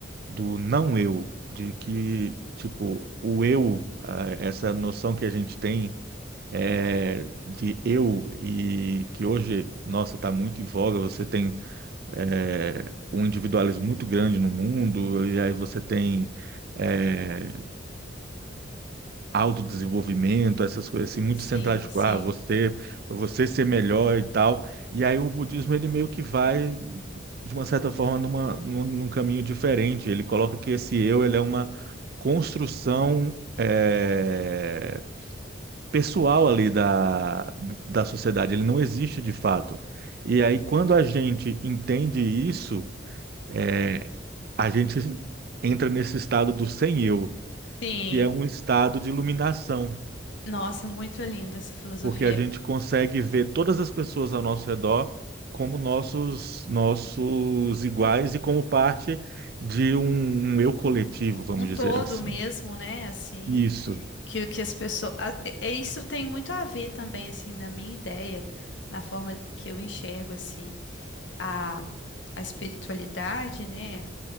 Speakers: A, on the right; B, on the left.
A: do não eu, de que, tipo, o eu, ah, essa noção que a gente tem é, de eu e que hoje, nossa, está muito em voga. Você tem é, um individualismo muito grande no mundo, e aí você tem é, autodesenvolvimento, essas coisas assim, muito
B: Sim,
A: centradas, tipo,
B: sim,
A: ah, você, pra você ser melhor e tal. E aí o budismo, ele meio que vai, de uma certa forma, numa, num, num caminho diferente. Ele coloca que esse eu, ele é uma construção. é, pessoal ali da, da sociedade, ele não existe de fato. E aí, quando a gente entende isso, é, a gente entra nesse estado do sem eu,
B: sim.
A: que é um estado de iluminação,
B: Nossa, muito linda essa filosofia.
A: porque a gente consegue ver todas as pessoas ao nosso redor como nossos nossos iguais e como parte de um, um eu coletivo, vamos
B: Um todo
A: dizer assim.
B: mesmo, né? Assim,
A: Isso.
B: que o que as pessoas. a- e- e Isso tem muito a ver também, assim, na minha ideia, na forma que eu enxergo, assim, a, a espiritualidade, né?